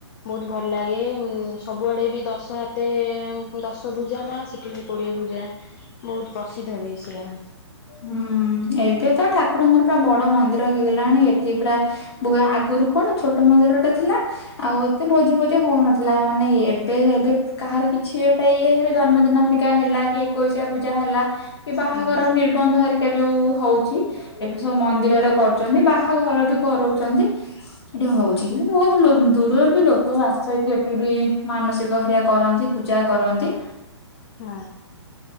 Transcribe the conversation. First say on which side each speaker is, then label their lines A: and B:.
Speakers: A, on the left; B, on the left.
A: ବହୁତ୍ ଭଲ୍ ଲାଗେ ଉ ସବୁଆଡେ ବି ଦଶ ହାତେ ଦଶ ଭୂଜା ମା ସେଠି ବି କୋଡ଼ିଏ ଭୁଜା ବହୁତ୍ ପ୍ରସିଦ୍ଧ ବି ସିଏ।
B: ହୁଁ ଏଠି ତ ଠାକୁରଙ୍କର ପୁରା ବଡ ମନ୍ଦିର ହେଇଗଲାଣି ଏଠି ପୁରା ବୋ ଆଗରୁ କଣ ଛୋଟ ମନ୍ଦିର ଟେ ଥିଲା। ଆଉ ଏତେ ଭୋଜି ଫୋଜି ହଉନଥିଲା ମାନେ ଏବେଏବେ କାହାର କିଛି ଗୋଟେ ଇଏ ହେଲେ ଜନ୍ମଦିନ ହେରିକା ହେଲା କି ଏକୋଇଶିଆ ପୂଜା ହେଲା। କି ବାହାଘର
A: ହଁ
B: ନିର୍ବନ୍ଧ ହେରିକା ଯୋଉ ହେଉଛି ଏବେ ସବୁ ମନ୍ଦିରରେ କରୁ ଚନ୍ତି ବାହାଘର ବି କରଉଚନ୍ତି। ଏଠି ହେଉଚି କି ବହୁତ ଦୂରରୁ ବି ଲୋକ ଆସକି ଏଠି ବି ମାନସିକ ହେରିକା କରନ୍ତି। ପୂଜା କରନ୍ତି।
A: ହଁ